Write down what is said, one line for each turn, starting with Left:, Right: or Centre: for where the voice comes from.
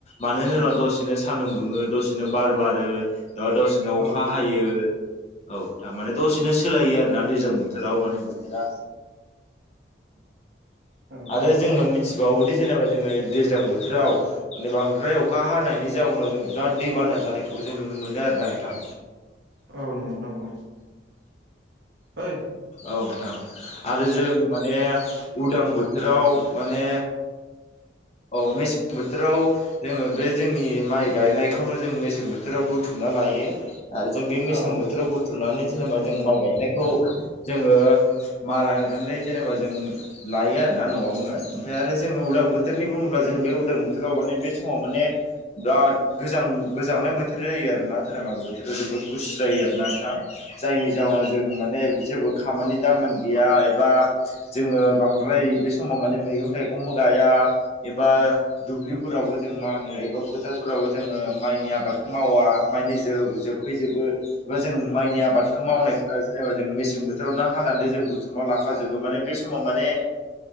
Left: मानो होनोब्ला दसेनो सान्दुं दुङो दसे दसेनो बार बारो ओ दसेनो अखा
Right: औ
Left: हायो औ थारमाने दसेनो सोलायो आरोना दैज्लां बोथोराव माने बोथोरा
Right: औ
Left: आरो जोङो मि थिबावोदि जेनेबा जोङो दैज्लां बोथोराव माने बांद्राय अखा हानायनि जाउनाव जों बिराद दै बा ना जानायखौबो जों नुनो मोनो आरोना नोंथां
Right: औ नंगौ नंगौ ओइ
Left: औ नोंथां आरो जों माने उदां बोथोराव
Right: औ
Left: माने औ मेसें बोथोराव जोङो बे जोंनि माइ गायनायखौनो जों मेसें बोथोराव बु थुमना लायो आरो जों बे मेसें
Right: औ
Left: बोथोराव बुथुमनानै जेनेबा जों माइ गायनायखौ जोङो मारा होनानै जेनेबा जों लायो आरोना न'आवनो ओमफ्राय आरो जोङो उदां बोथोरनि बुङोब्ला जों बे उदां बोथोराव माने बे समाव माने बिराद गोजां गोजांनाय बोथोर बोथोर जायो आरोना जेनेबा बोथोरा जोबोद गुसु जायो आरो ना नोंथां जायनि जाउनाव जों माने जेबो खामानि दामानि गैया एबा जोङो बांद्राय बे समाव माने मैगं थाइगंबो गाया एबा दुब्लिफोरावबो जों मानो एबा फोथारफोराव जोङो मायनि आबादखौ मावा माने जो <unintelligible> जोबो बा जों माइनि आबादखौ मावनायफोरा जेनेबा जों मेसें बोथ बोथोरावनो हानानै जों बुथुमना लाखााजोबो माने बे समाव माने